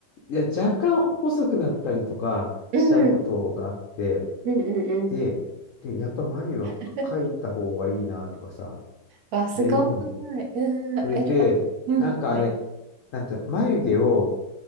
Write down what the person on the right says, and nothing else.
うん、うん、うん。
<laughs> わ、すごい。
うん、
え、じゃあ、うん、
はい。